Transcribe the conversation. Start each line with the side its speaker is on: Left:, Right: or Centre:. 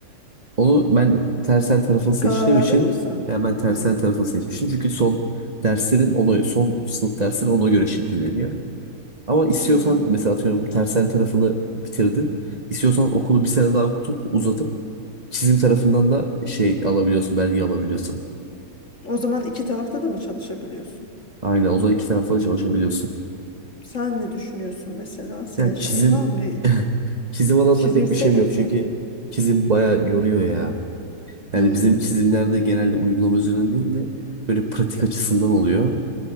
Right: Onu ben tersen tarafını seçtiğim
Left: Karar verdin
Right: için
Left: mi sen?
Right: yani ben tersen
Left: Hı.
Right: tarafını seçmiştim. Çünkü son derslerin ona son sınıf derslerin ona göre şekilleniyor. Ama istiyorsan
Left: Hı.
Right: mesela atıyorum tersen tarafını bitirdin. İstiyorsan okulu bir sene daha okutup uzatıp çizim tarafından da şey alabiliyorsun, belge alabiliyorsun.
Left: O zaman iki tarafta da mı çalışabiliyorsun?
Right: Aynen o da iki tarafla çalışabiliyorsun.
Left: Sen ne düşünüyorsun mesela? Senin
Right: Yani
Left: şeyin
Right: çizim
Left: var mı? Bir
Right: çizim alanında
Left: çizim
Right: pek
Left: istemiyor
Right: bir şeyim yok
Left: musun?
Right: çünkü çizim bayağı yoruyor ya. Yani
Left: Hı.
Right: bizim çizimlerde genelde uygulama üzerinden değil de böyle pratik açısından oluyor.